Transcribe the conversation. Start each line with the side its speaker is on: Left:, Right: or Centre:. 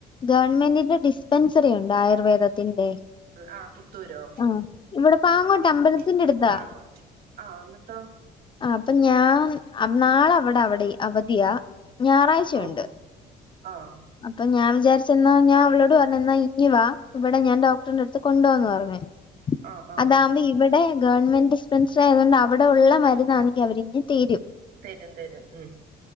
Left: ഗവൺമെന്റിന്റെ ഡിസ്പെൻസറി ഉണ്ട് ആയുർവേദത്തിന്റെ
Right: ആ പുത്തൂരോ
Left: ആഹ ഇവിടെ പാങ്ങോട്ട്
Right: ആഹ്
Left: അമ്പലത്തിന്റെടുത്താ.
Right: വാ അങ്ങോട്ട് ആഹ് എന്നിട്ടോ
Left: ആ അപ്പൊ ഞാൻ നാളെ അവിടെ അവിടെ അവധിയാ. ഞായറാഴ്ചയുണ്ട്
Right: ഓ ആഹ്
Left: അപ്പൊ ഞാൻ. വിചാരിച്ച എന്നാ ഞാൻ അവളോട് പറഞ്ഞാ ഇങ്ങി വാ ഇവിടെ ഞാൻ ഡോക്ടറിന്റെടുത്ത് കൊണ്ടോവാന്ന് പറഞ്.
Right: ആഹ് ആഹ്
Left: അതാകുമ്പോ ഇവിടെ ഗവൺമെന്റ് ഡിസ്പെൻസറി ആയതൊണ്ട് അവിടെ ഉള്ളവര് ഇതാണെകിൽ അവരിന്ന് തീരും.
Right: തരും തരും ഉം